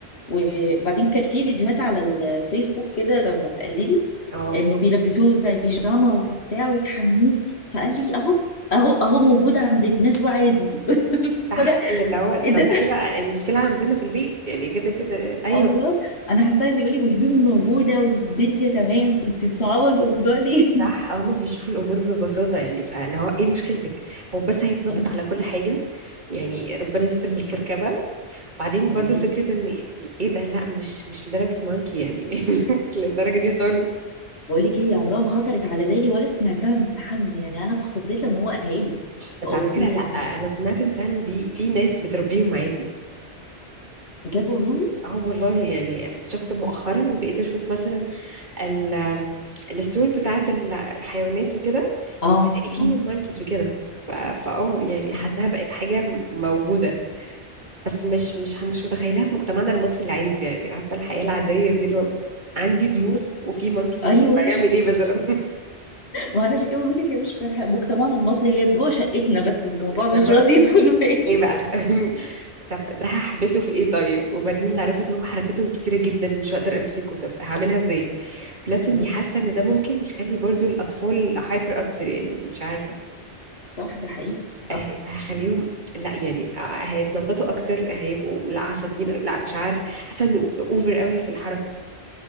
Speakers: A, on the left; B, on the right.
A: وبعدين كان في فيديوهات على الفيسبوك كده لما بتقلبي
B: اه
A: انه بيلبسوه زي بيجاما وبتاع وتحميه فقال لي اهو اهو اهو موجود عند الناس وعادي <laughs>
B: صح
A: فانا
B: يا اللي هو
A: ايه
B: طب
A: ده
B: ايه بقى المشكلة عندنا في البيت يعني كده كده ايوه
A: اه والله انا حاسه عايز يقول لي وهدومي موجوده والدنيا تمام انت مصعبه الموضوع ليه
B: صح
A: <laughs>
B: هما بيشوفوا الامور ببساطة يعني فاللي هو ايه مشكلتك هو بس هيتنطط
A: اه
B: على كل حاجة يعني ربنا يستر من الكركبة وبعدين
A: والله
B: برضو فكرة ان ايه ده لا مش مش لدرجة مانكي يعني <laughs> مش للدرجة دي خالص
A: بقول لك ايه عمرها ما خطرت على بالي ولا سمعتها من حد يعني انا اتخضيت لما هو قالها لي
B: بس
A: فقلت
B: على فكرة
A: له
B: لا انا سمعت ان فعلا في في ناس بتربيهم عادي
A: بجد والله
B: اه والله يعني شفت مؤخرا بقيت اشوف مثلا ال الستور بتاعت ال- الحيوانات وكده
A: اه
B: بلاقي فيهم
A: مم.
B: مانكيز وكده ف- فاه يعني
A: مم.
B: حاساها بقت حاجة م- موجودة بس مش مش مش متخيلها في مجتمعنا المصري العادي يعني عارفة الحياة العادية دي اللي هو عندي ضيوف
A: سيبك
B: وفي مانكي في
A: ايوه
B: البيت هيعمل ايه مثلا <laughs>
A: ما انا عشان كده بقول لك هي مش في مجتمعنا المصري هي في جوه شقتنا بس الموضوع
B: اللي
A: مش
B: هو
A: راضي يدخل بالي
B: ايه بقى <laughs> طب ده هحبسه في ايه طيب وبعدين اللي عرفوا ان هو حركتهم كتيرة جدا مش هقدر امسكه طب هعملها ازاي بلس اني
A: مم.
B: حاسة ان ده ممكن يخلي برضو الاطفال هايبر اكتر يعني مش عارفة
A: صح ده حقيقي صح
B: ه- هخليهم لا يعني آه، هيتنططوا اكتر هيبقوا لا عصبيين لا مش عارف حاسه انه اوفر قوي في الحركه